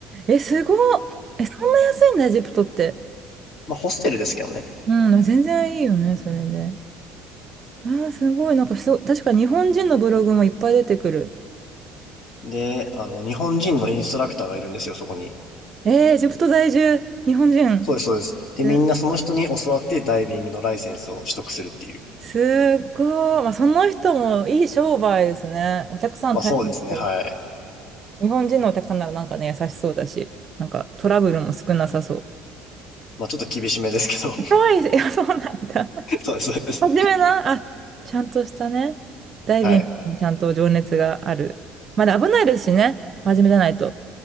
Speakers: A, on the right; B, on the left.
A: え、すごっ。え、そんな安いんだ、エジプトって。
B: まあ、ホステルですけどね。
A: うん、全然いいよね、それで。あー、すごい。なんかすご、確か日本人のブログもいっぱい出てくる。
B: で、あの、日本人のインストラクターがいるんですよ、そこに。
A: えー、エジプト在住、日本人。
B: そうです、そうです。で、
A: え
B: みんなその人に教わってダイビングのライセンスを取得するっていう。
A: すっごい。まあ、その人もいい商売ですね。お客さん大変そう。
B: まあ、そうですね、はい。
A: 日本人のお客さんならなんかね、優しそうだし、なんかトラブルも少なさそう。
B: まあ、ちょっと厳しめですけど。
A: 怖いです、<laughs> いや、そうなんだ。
B: <laughs> そうです、そうです。
A: 真面目な、あ、ちゃんとしたね。ダイビングにちゃんと情熱がある。
B: はい。
A: まだ危ないですしね。真面目じゃないと。